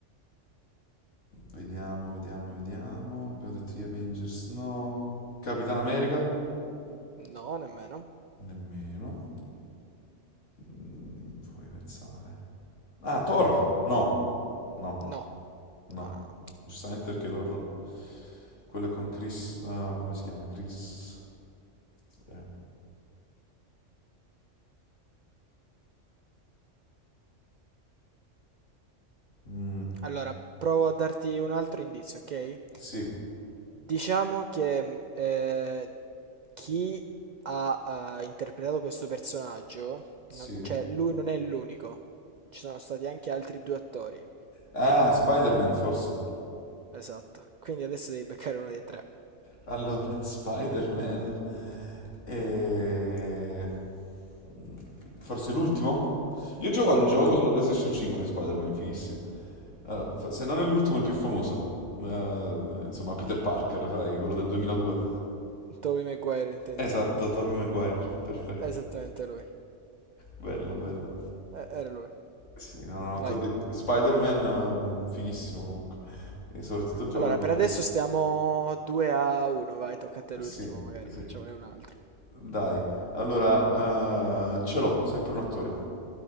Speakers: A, on the left (about 75°); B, on the right (about 65°).
A: Vediamo, vediamo, vediamo. Abbiamo detto gli Avengers, no. Capitan America?
B: No, nemmeno.
A: Nemmeno. Mm, Fammi pensare. Ah, Thor? No, no,
B: No.
A: no.
B: No, no, no.
A: Giustamente perché Thor, quello è con Chris, ah, come si chiama? Chris. eh, mm,
B: Allora, provo a darti un altro indizio, ok?
A: sì,
B: Diciamo che eh, chi ha eh, interpretato questo personaggio,
A: sì.
B: non- cioè lui non è l'unico, ci sono stati anche altri due attori.
A: Ah, Spider-Man forse.
B: Esatto, quindi adesso devi beccare uno dei tre.
A: Allora, <laughs> Spider-Man. eh, mm, Forse l'ultimo? Io gioco al gioco
B: No?
A: sulla PlayStation 5 di Spider-Man, fighissimo. Ah, fa- se non è l'ultimo, è il più famoso. Eh, insomma, Peter Parker, sai, quello del 2002.
B: Tobey Maguire intendi
A: Esatto,
B: tu?
A: Tobey Maguire, perfetto.
B: Eh, Esattamente lui.
A: Bello, bello.
B: Eh, Era lui.
A: Sì, no, no, ti
B: Vai.
A: ho detto, Spider-Man, ehm, fighissimo comunque. E soprattutto il gioco
B: Allora,
A: sulla
B: per
A: PS.
B: adesso stiamo 2 a 1, vai, tocca a te
A: Sì,
B: l'ultimo, magari
A: sì.
B: facciamone un altro.
A: Dai, allora, eh, ce l'ho, sempre un attore